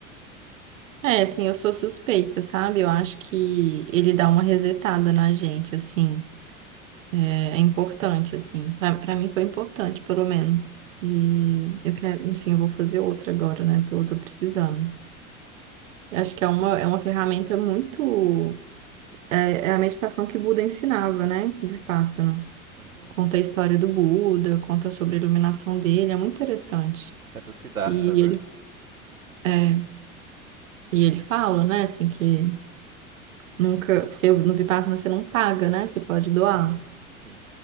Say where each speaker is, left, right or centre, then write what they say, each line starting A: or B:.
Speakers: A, on the right (about 65°); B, on the right (about 80°).
A: é, assim, eu sou suspeita, sabe? Eu acho que ele dá uma resetada na gente, assim. É, é importante, assim. Pra, pra mim foi importante, pelo menos. E
B: Uhum,
A: eu quero, enfim, eu vou fazer outra agora, né? Tô, tô precisando. Eu acho que é uma, é uma ferramenta muito. É, é a meditação que Buda ensinava, né? De pássaro.
B: uhum.
A: Conta a história do Buda, conta sobre a iluminação dele, é muito interessante.
B: É do Siddhartha,
A: E
B: né?
A: ele, é, e ele fala, né, assim, que nunca, porque no Vipassana você não paga, né, você pode doar.
B: Uhum, sim.